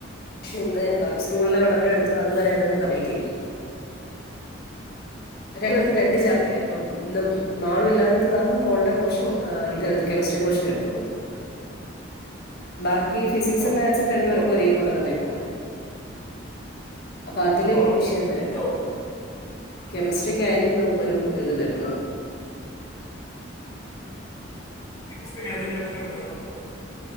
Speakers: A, on the left (about 55°); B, on the left (about 15°).
A: ഇന്ന് സ്കൂള്ലെ എവടെ വരെ എടുത്തു അതുവരെ അതങ്ങ് കമ്പ്ലീറ്റ് ചെയ്ത് രണ്ടു
B: ഓക്കെ
A: പേർക്ക്‌ രണ്ട് ചെയറല്ലേ അപ്പം ഇന്നും മാളു ഇല്ലാഞ്ഞിട്ട് കാരണം മോൾ ത്തെ പോഷൻ
B: ഉം,
A: ആ ഇത്എടുത്തു കെമിസ്ട്രി പോഷൻ എടുത്ത് കൊടുത്തു ബാ ഈ ഫിസിക്സും
B: ഉം,
A: മാക്ക്‌സും രണ്ടു പേർക്കും
B: ഓക്കെ
A: ഒരേ പോലെ തന്നെ പോന്നെ അപ്പ അതില്
B: ഉം,
A: വിഷയം
B: ഉം,
A: വരില്ല
B: ഓക്കെ
A: കെമിസ്ട്രിക്കായിരിക്കും നമുക്കൊരു ഇത് വന്നത്
B: കെമിസ്ട്രി ഏത് ചാപ്റ്ററാ എടുക്കുന്നെ ഇപ്പോ